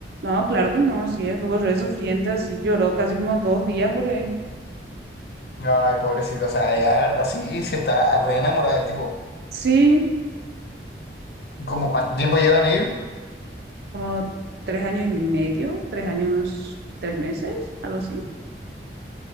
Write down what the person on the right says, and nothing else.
No, claro que no, sí, estuvo re sufriente, así lloró casi como dos días por ahí.
Sí,
como tres años y medio, tres años, tres meses, algo así.